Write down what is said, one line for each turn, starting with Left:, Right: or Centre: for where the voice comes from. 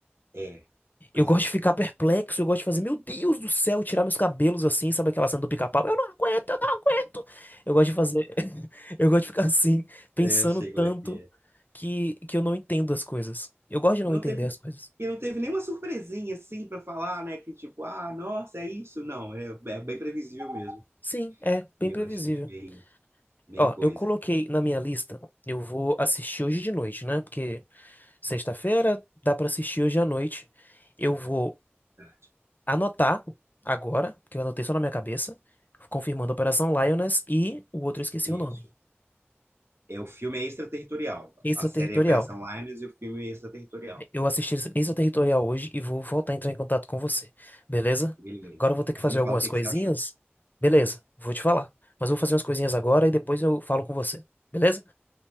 Right: É, pois
Left: Eu gosto
Right: é.
Left: de ficar perplexo, eu gosto de fazer, meu Deus do céu, tirar meus cabelos assim, sabe aquela cena do pica-pau? Eu não aguento, eu não aguento. Eu gosto de fazer, <laughs> eu gosto de ficar assim, pensando
Right: É, Eu sei
Left: tanto
Right: como é que é.
Left: que, que eu não entendo as coisas. Eu gosto de não
Right: Não
Left: entender
Right: teve,
Left: as coisas.
Right: e não teve nenhuma surpresinha assim para falar, né? Que tipo, ah, nossa, é isso. Não, é, é bem previsível mesmo.
Left: Sim, é, bem
Right: Eu
Left: previsível.
Right: achei bem, bem
Left: Ó,
Right: coisa.
Left: eu coloquei na minha lista, eu vou assistir hoje de noite, né? Porque sexta-feira dá pra assistir hoje à noite. Eu vou
Right: Tá,
Left: anotar agora, porque eu anotei só na minha cabeça, confirmando a Operação Lioness e o outro eu esqueci
Right: isso.
Left: o nome.
Right: É, o filme é extraterritorial.
Left: Extraterritorial.
Right: A série é Operação Linus e o filme é extraterritorial.
Left: Eu assisti Extraterritorial hoje e vou voltar a entrar em contato com você. Beleza?
Right: Beleza.
Left: Agora eu vou ter que
Right: Aí
Left: fazer
Right: você me fala
Left: algumas
Right: o que
Left: coisinhas.
Right: que você achou.
Left: Beleza, vou te falar. Mas eu vou fazer umas coisinhas agora e depois eu falo com você. Beleza?